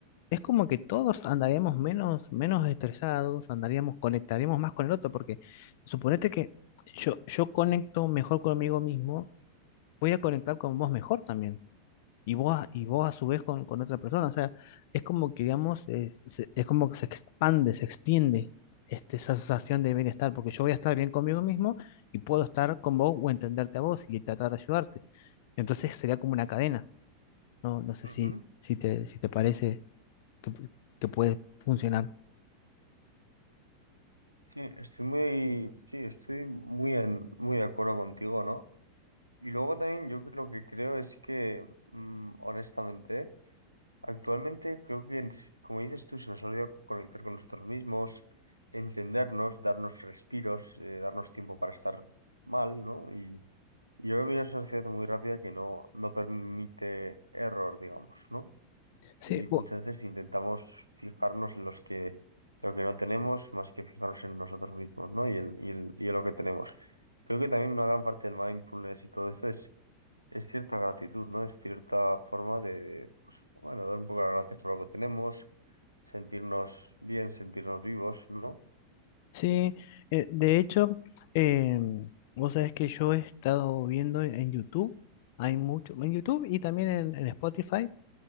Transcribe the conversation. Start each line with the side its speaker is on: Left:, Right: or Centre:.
Left: Es como que todos andaríamos menos, menos estresados, andaríamos, conectaríamos más con el otro, porque suponete que yo, yo conecto mejor conmigo mismo, voy a conectar con vos mejor también, y vos, a- y vos a su vez con, con otra persona, o sea, es como que, digamos, es, se- es como que se expande, se extiende este, esa sensación de bienestar, porque yo voy a estar bien conmigo mismo y puedo estar con vos o entenderte a vos y tratar de ayudarte. Entonces sería como una cadena, ¿no? No sé
Right: Ujú.
Left: si, si te, si te parece que, pu- que puede funcionar.
Right: Sí, estoy muy, sí, estoy muy en- muy de acuerdo contigo, ¿no? Y luego también yo lo que creo es que, mm, honestamente, actualmente creo que, en- s- como dices tú, se nos olvida conectar con nosotros mismos, entendernos, darnos respiros, eh, darnos tiempo para estar mal, ¿no? Y, y yo veo una sociedad muy rápida que no, no permite error, digamos, ¿no?
Left: Sí,
Right: y muchas
Left: bu-
Right: veces intentamos fijarnos en los que, lo que no tenemos más que fijarnos en nosotros mismos, ¿no? Y en, y en- y en lo que tenemos. Creo que también una gran parte del mindfulness y todo esto es, es cierta gratitud, ¿no? Es cierta forma de, pues, bueno, dar un poco las gracias por lo que tenemos, sentirnos bien, sentirnos vivos, ¿no?
Left: sí, eh, de hecho, eh, vos sabés que yo he estado viendo en, en YouTube, hay mucho, en YouTube y también en, en Spotify,